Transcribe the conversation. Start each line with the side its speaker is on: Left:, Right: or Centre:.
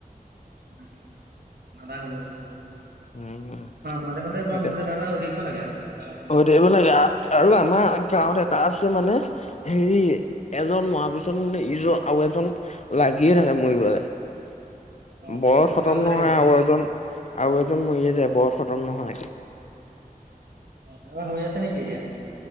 Right: উম আমাৰ হ'ব <inaudible> খাব,
Left: উম
Right: মাজে মাজে তোমাৰ
Left: তাকে
Right: ভোজ এটা এটা হৈ থাকিব লাগে। গাঁও বিলাকত।
Left: হৈ থাকিব লাগে আৰু, আমাৰ গাঁৱত এটা আছে মানে হেৰি এজন মহাবি ছত মানে ইজন আৰু এজন লাগিয়ে থাকে মৰিবলে।
Right: অ সেই
Left: বৰত
Right: তেনেকুৱা
Left: খতম
Right: হৈ
Left: নহয়
Right: থাকে বাৰু
Left: আৰু এজন, আৰু এজন মৰিয়ে যায়, বৰত খতম নোহোৱাকে।
Right: অ' কাৰবাৰ হৈ আছে নেকি এতিয়া।